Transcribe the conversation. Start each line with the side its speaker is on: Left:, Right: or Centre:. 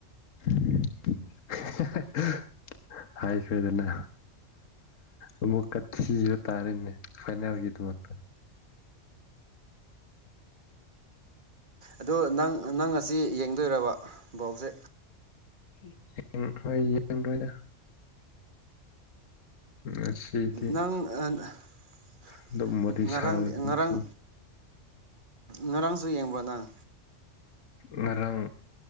Left: <unintelligible> ꯍꯥꯏꯈ꯭ꯔꯦꯗꯅ ꯑꯃꯨꯛꯀ ꯊꯤꯕ ꯇꯥꯔꯦꯅꯦ ꯐꯥꯏꯅꯦꯜꯒꯤꯗꯃꯛꯇ
Right: ꯑꯗꯣ ꯅꯪ ꯅꯪ ꯉꯁꯤ ꯌꯦꯡꯗꯣꯏꯔꯕ ꯕꯣꯜꯁꯦ
Left: <unintelligible> ꯑꯩ ꯌꯦꯡꯔꫭꯏꯗ ꯉꯁꯤꯗꯤ
Right: ꯅꯪ <unintelligible>
Left: ꯑꯗꯨꯝ ꯋꯥꯔꯤ
Right: ꯉꯔꯥꯡꯗꯤ
Left: ꯁꯥꯒꯅꯤ
Right: ꯉꯔꯥꯡ
Left: ꯉꯁꯤ
Right: ꯉꯔꯥꯡꯁꯨ ꯌꯦꯡꯕ꯭ꯔ ꯅꯪ
Left: ꯉꯔꯥꯡ